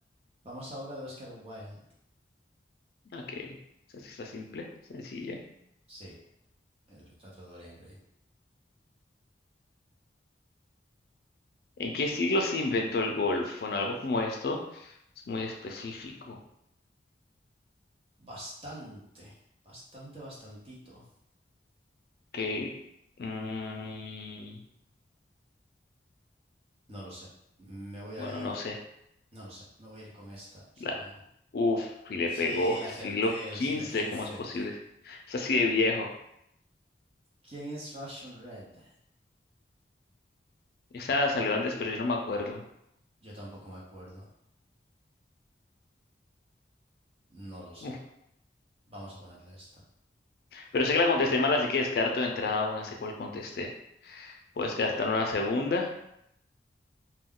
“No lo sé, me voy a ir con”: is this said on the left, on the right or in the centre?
Right